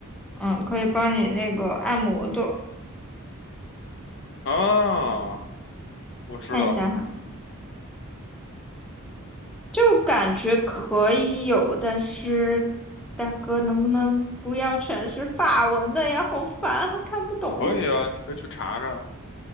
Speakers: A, in the centre; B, on the left.
A: 嗯，可以帮你那个按摩的，
B: 啊，我知道，
A: 看一下哈。就感觉可以有，但是大哥能不能不要全是法文的呀？好烦啊，还看不懂。
B: 可以啊，你可以去查查，